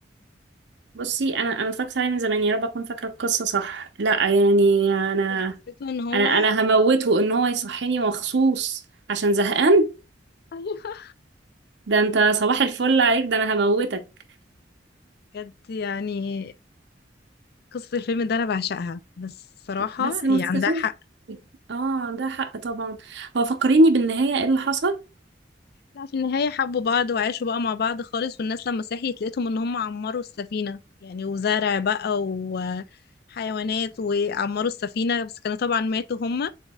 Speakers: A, on the right; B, on the left.
A: بصي انا انا اتفرجت عليه من زمان يا رب اكون فاكرة القصة صح لا يعني انا
B: هي قصته ان هو
A: انا انا
B: <laughs>
A: هموته ان هو يصحيني مخصوص عشان زهقان
B: ايوه
A: ده انت صباح الفل عليك ده انا هموتك
B: بجد يعني قصة الفيلم ده أنا بعشقها بس صراحة
A: بس مستفز
B: هي عندها حق
A: اه عندها حق طبعا هو فكريني بالنهاية ايه اللي حصل
B: لا، في النهاية حبوا بعض وعاشوا بقى مع بعض خالص والناس لما صحيت لقيتهم ان هم عمروا السفينة يعني وزرع بقى وحيوانات وعمروا السفينة بس كانوا طبعا ماتوا هم